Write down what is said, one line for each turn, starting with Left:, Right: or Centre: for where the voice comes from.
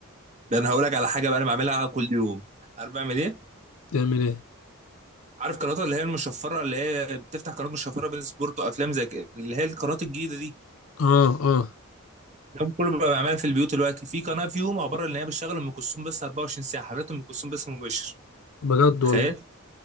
Right: ده انا هقول لك على حاجه بقى انا بعملها كل يوم عارف بعمل ايه
Left: تعمل ايه
Right: عارف قنوات اللي هي المشفره اللي هي بتفتح قناه مشفره بين سبورت وافلام زي كده، اللي هي القنوات الجديده دي
Left: اه اه
Right: ده كله بقى بعملها في البيوت دلوقتي في قناه فيهم عباره ان هي بتشغل ام كلثوم بس 24 ساعه حضرتك ام كلثوم بس مباشر
Left: بجد والله
Right: تخيل